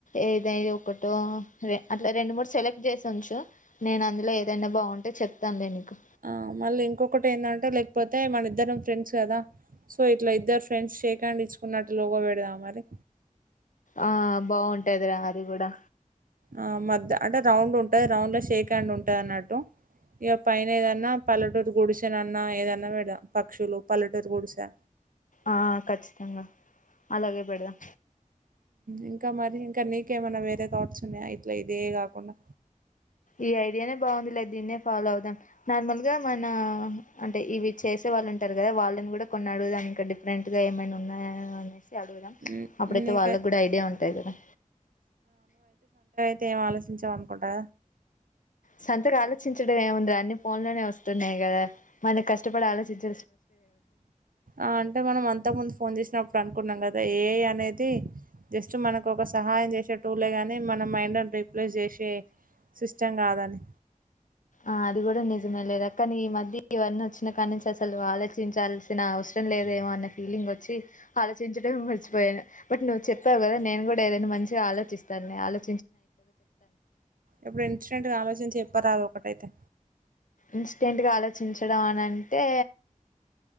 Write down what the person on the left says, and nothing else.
ఏదై ఒకటో అట్లా రెండు మూడు సెలెక్ట్ చేసి ఉంచు నేను అందులో ఏదైనా బాగుంటే చెప్తానులే నీకు
ఆ బాగుంటాదిరా అది కూడా
ఆ ఖచ్చితంగా అలాగే పెడదాం
ఈ ఐడియానే బాగుంది లే దీన్నే ఫాలో అవుదాం నార్మల్ గా మన అంటే ఇవి చేసే వాళ్ళు ఉంటారు కదా వాళ్ళని కూడా కొన్ని అడుగుదాంక డిఫరెంట్ గా ఏమనా ఉన్నాయని అనే అడుగుదాం
అప్పుడైతే
వాళ్ళకి కూడా ఐడియా ఉంటాయి కదా
సంతక ఆలోచించడం ఏముంది అన్ని ఫోన్ లోనే వస్తున్నాయి కదా మనకి కష్టపడి ఆలోచించ
ఆ అది కూడా నిజమే లేదు కానీ ఈ మధ్య ఇవన్నీ వచ్చినా కా నుంచి అసలు ఆలోచించాల్సిన అవసరం లేదేమో అన్న ఫీలింగ్ వచ్చి ఆలోచించడం మచిపోయాను బట్ నువ్వు చెప్పావు కదా నేను కూడా ఏదైనా మ మంచిగా ఆలోచిస్తా న ఆలో
ఇన్స్టెంట్ గా ఆలోచించడం అని అంటే